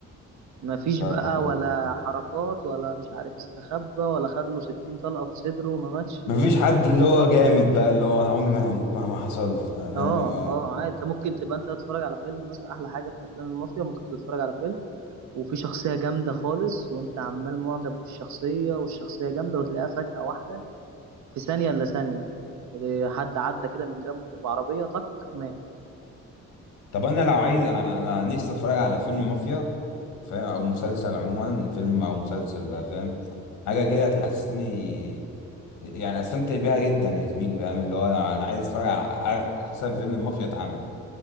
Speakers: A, on the right (about 70°); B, on the left (about 85°).
A: ما فيش
B: فاهمك
A: بقى
B: اه
A: ولا حركات ولا مش عارف استخبى ولا خد له 60 طلقه في صدره وما ماتش
B: مفيش
A: فاهم
B: حد اللي هو جامد بقى اللي هو انا عمري ما هموت مهما حصل فا- فاهم
A: اه
B: اه
A: اه عادي انت ممكن تبقى انت تتفرج على فيلم مثلا احلى حاجه في افلام المافيا ممكن تتفرج على فيلم وفي شخصية جامدة خالص وانت عمال معجب بالشخصية والشخصية جامدة وتلاقيها فجأة واحدة في ثانية إلا ثانية إيه، حد عدى كده من جنبه بعربية طق مات
B: طب انا لو عايز انا انا نفسي اتفرج على فيلم مافيا فاهم او مسلسل عموما فيلم او مسلسل بقى فاهم حاجه كده تحسسني يعني استمتع بيها جدا يا زميلي فاهم اللي هو انا أنا عايز اتفرج على احسن فيلم المافيا اتعمل